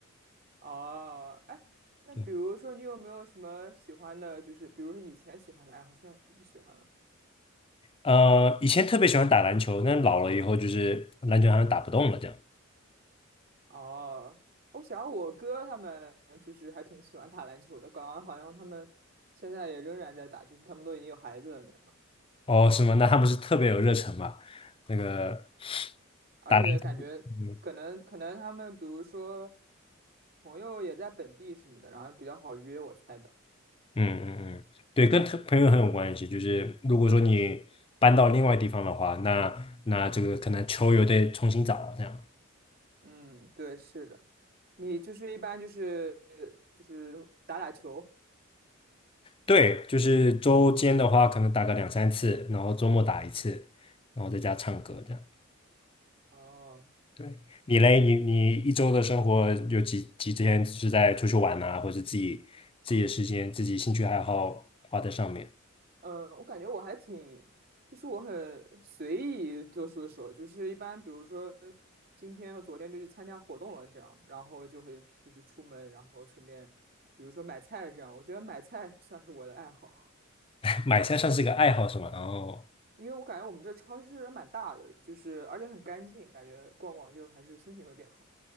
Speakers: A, on the right (about 45°); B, on the left (about 25°).
A: 哦，哎，那比如说你有没有什么喜欢的，
B: 对，
A: 就是比如说以前喜欢的爱好，现在不喜欢了？
B: 呃，以前特别喜欢打篮球，但老了以后就是篮球好像打不动了这样。
A: 哦，我想我哥他们就是还挺喜欢打篮球的，感觉好像他们现在也仍然在打，就是他们都已经有孩子了那样。
B: 哦，是吗？那他不是特别有热忱吧？那个
A: 而且感觉可能可能他们比如说
B: 打篮球，嗯
A: 朋友也在本地什么的，然后比较好约，我猜的。
B: 嗯嗯，对，跟特朋友很有关系。就是如果说你搬到另外地方的话，那那这个可能球又得重新找这样。
A: 嗯，对，是的。你就是一般就是就是打打球。
B: 对，就是周间的话，可能打个两三次，然后周末打一次，然后在家唱歌这样。
A: 哦，
B: 对，你嘞，你你一周的生活有几几天是在出去玩呐，或者自己自己的时间、自己兴趣爱好花在上面？
A: 嗯，呃我感觉我还挺，就是我很随意做出的时候，就是一般比如说今天和昨天就去参加活动了这样，然后就会就是出门，然后顺便比如说买菜这样，我觉得买菜 <laughs> 算是我的爱好。
B: <laughs> 买菜算是一个爱好是吗？然后，
A: 因为我感觉我们这超市还蛮大的，就是而且很干净，感觉逛逛就还是心情会变好